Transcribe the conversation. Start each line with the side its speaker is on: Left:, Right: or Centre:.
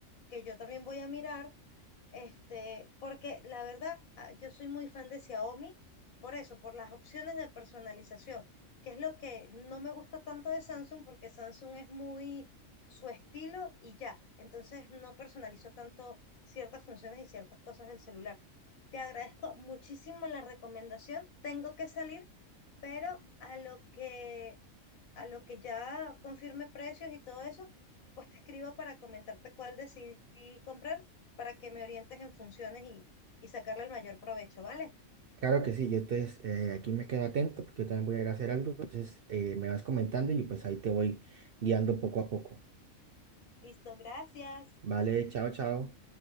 Left: que yo también voy a mirar este, porque la verdad, ah, yo soy muy fan de Xiaomi, por eso, por las opciones de personalización, que es lo que no me gusta tanto de Samsung, porque Samsung es muy su estilo y ya. Entonces no personalizo tanto ciertas funciones y ciertas cosas del celular. Te agradezco muchísimo la recomendación. Tengo que salir, pero a lo que a lo que ya confirme precios y todo eso, pues te escribo para comentarte cuál decidí comprar, para que me orientes en funciones y, y sacarle el mayor provecho, ¿vale?
Right: Claro que sí, yo entonces eh, aquí me quedo atento porque yo también voy a ir a hacer algo, entonces eh, me vas comentando y pues ahí te voy guiando poco a poco.
Left: Listo, gracias.
Right: Vale, chao, chao.